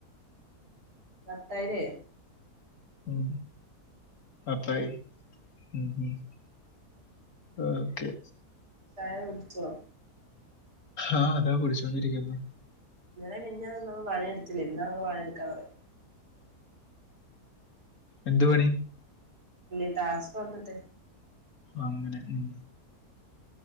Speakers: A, on the right; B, on the left.
A: കട്ടായിലെ
B: ഉം അപ്പായി ഉം ഉം ഓക്കെ
A: ചായ കുടിച്ചോ
B: ആഹ് അതാ കുടിച്ചോണ്ടിരിക്ക്ന്നു
A: ഇന്നലെം മിനിഞ്ഞാന്നും ഒന്നും അവള് പണിയെടുത്തില്ല ഇന്നാ അവള് പണിയെടുക്കാം തൊടങ്ങിയെ.
B: എന്ത്‌ പണി?
A: അല്ലെ ടാസ്ക് വന്നിട്ടേ
B: അങ്ങനെ ഉം